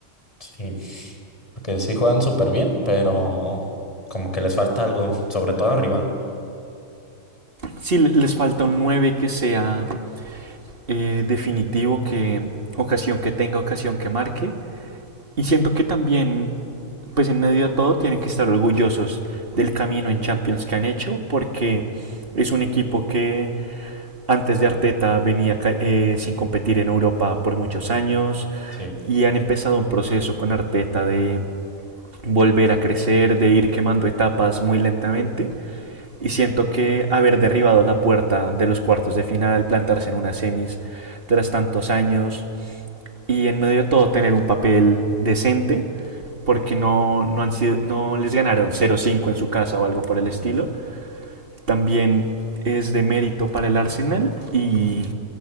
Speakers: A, on the left; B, on the right.
A: Sí, porque sí juegan súper bien, pero como que les falta algo, sobre todo arriba.
B: Sí, les falta un 9 que sea eh, definitivo, que ocasión que tenga, ocasión que marque, Y siento que también, pues en medio de todo, tienen que estar orgullosos del camino en Champions que han hecho, porque es un equipo que antes de Arteta venía eh, sin competir en Europa por muchos años
A: Sí.
B: y han empezado un proceso con Arteta de volver a crecer, de ir quemando etapas muy lentamente. Y siento que haber derribado la puerta de los cuartos de final, plantarse en unas semis tras tantos años y en medio de todo tener un papel decente, porque no, no, han sido, no les ganaron cero cinco en su casa o algo por el
A: Ujú.
B: estilo. También es de mérito para el Arsenal y,